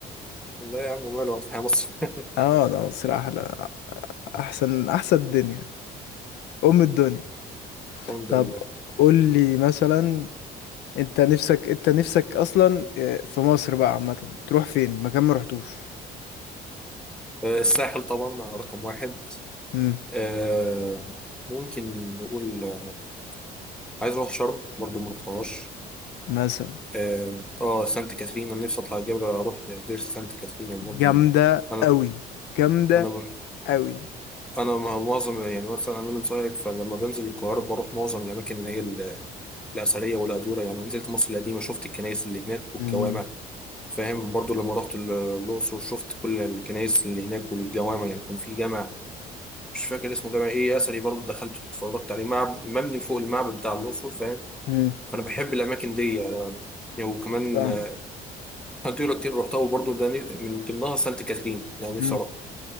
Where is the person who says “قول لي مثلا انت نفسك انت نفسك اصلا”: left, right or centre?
Left